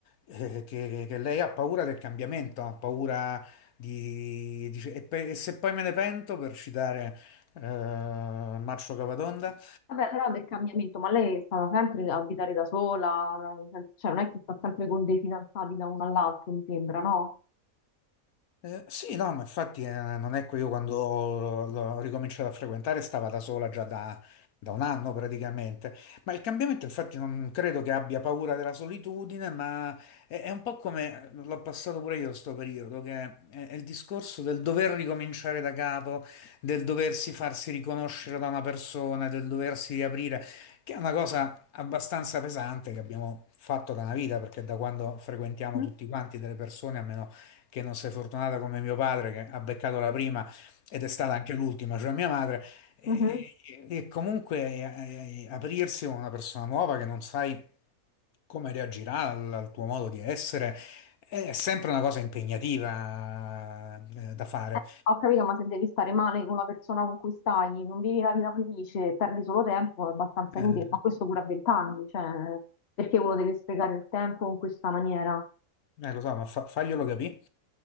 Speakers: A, on the left (about 80°); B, on the left (about 50°).
A: eh, che, che lei ha paura del cambiamento, ha paura di... dice, e, pe- e se poi me ne pento, per citare eh, Marcio Capatonda,
B: Vabbè, però del cambiamento, ma lei è stata sempre a abitare da sola, non- cioè non è che sta sempre con dei fidanzati da uno all'altro, mi sembra, no?
A: Eh, sì, no, ma infatti eh, non è che io quando l'ho l'ho ricominciato a frequentare stava da sola già da, da un anno praticamente, ma il cambiamento infatti non credo che abbia paura della solitudine, ma è, è un po' come eh, l'ho passato pure io sto periodo, che è, è il discorso del dover ricominciare da capo, del doversi farsi riconoscere da una persona, del doversi riaprire, che è una cosa abbastanza pesante che abbiamo fatto da una vita, perché da quando frequentiamo
B: Mm.
A: tutti quanti delle persone, a meno che non sei fortunata come mio padre che ha beccato la prima ed è stata anche l'ultima, cioè mia madre, e,
B: Mhm.
A: e- e comunque eh, eh, aprirsi con una persona nuova che non sai come reagirà al, al tuo modo di essere è sempre una cosa impegnativa eh, da fare.
B: Eh, ho capito, ma se devi stare male con la persona con cui stai, non vivi la vita felice, perdi solo tempo, è abbastanza
A: Eh,
B: inutile, ma questo pure a vent'anni, cioè perché uno deve sprecare il tempo in questa maniera?
A: eh, lo so, ma fa- faglielo capire.